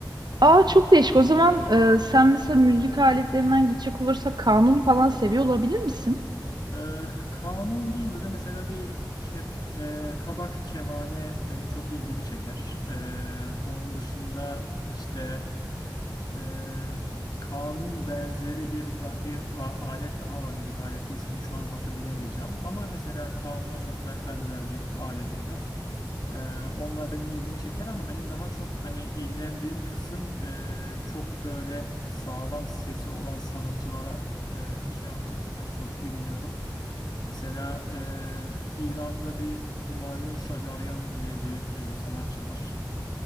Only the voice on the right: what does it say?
Aa çok değişik. O zaman e, sen mesela müzik aletlerinden gidecek olursak kanun falan seviyor olabilir misin?